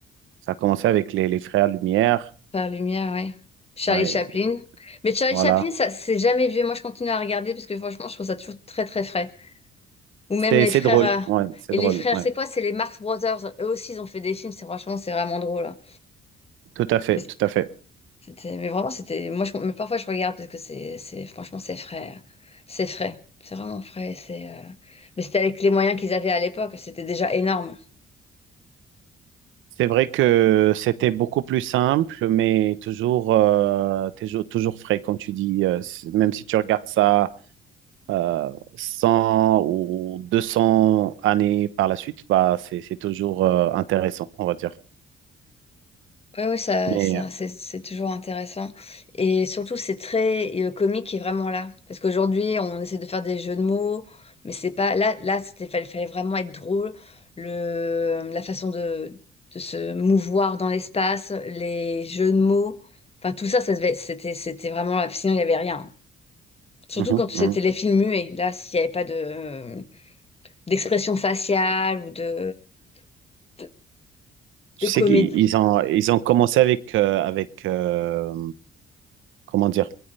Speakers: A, on the right; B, on the left.
A: Ça a commencé avec les, les Frères Lumière.
B: Par lumière, ouais. Charlie
A: Ouais,
B: Chaplin. Mais Charlie
A: voilà.
B: Chaplin, ça, c'est jamais vieux. Moi, je continue à regarder parce que franchement, je trouve ça toujours très, très frais. Ou même
A: C'est,
B: les
A: c'est
B: frères.
A: drôle.
B: euh,
A: Ouais, c'est
B: Et
A: drôle.
B: les frères,
A: Ouais.
B: c'est quoi? C'est les Marx Brothers. Eux aussi, ils ont fait des films. C'est franchement, c'est vraiment drôle. hein.
A: Tout à fait,
B: Mais
A: tout à fait.
B: c'était, mais vraiment, c'était. Moi, je, mais parfois, je regarde parce que c'est, c'est, franchement, c'est frais. hein. C'est frais. C'est vraiment frais. C'est. euh, Mais c'était avec les moyens qu'ils avaient à l'époque. C'était déjà énorme.
A: C'est vrai que c'était beaucoup plus simple, mais toujours, euh, toujours, toujours frais, comme tu dis. Euh, c'est- même si tu regardes ça. euh, 100 ou 200 années par la suite, bah, c'est, c'est toujours euh, intéressant, on va dire.
B: Oui, oui, ça,
A: Mais
B: ça- c'est c'est toujours intéressant. Et surtout, c'est très, et le comique est vraiment là. Parce qu'aujourd'hui, on essaie de faire des jeux de mots, mais c'est pas, là, là, c'était, fallait, fallait vraiment être drôle. Le, la façon de, de se mouvoir dans l'espace, les jeux de mots, enfin, tout ça, ça devait- c'était, c'était vraiment, sinon, il n'y avait rien. Surtout
A: euh, mhm,
B: quand c'était
A: mhm.
B: les films muets. Là, s'il n'y avait pas de, euh, d'expression faciale ou de, de,
A: Tu
B: de
A: sais
B: comédie.
A: qu'ils ils ont, ils ont commencé avec, euh, avec euh, comment dire,